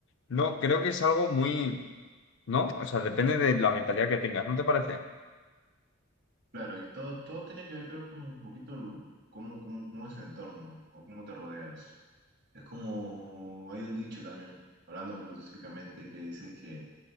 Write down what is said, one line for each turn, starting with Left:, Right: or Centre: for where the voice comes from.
Left: no, creo que es algo muy, ¿no? O sea, depende de la mentalidad que tengas, ¿no te parece?
Right: claro, y todo, todo tiene que ver, creo, con un poquito el- cómo, cómo, cómo es el entorno o cómo te rodeas. Es como, hay un dicho también, hablando filosóficamente, que dice que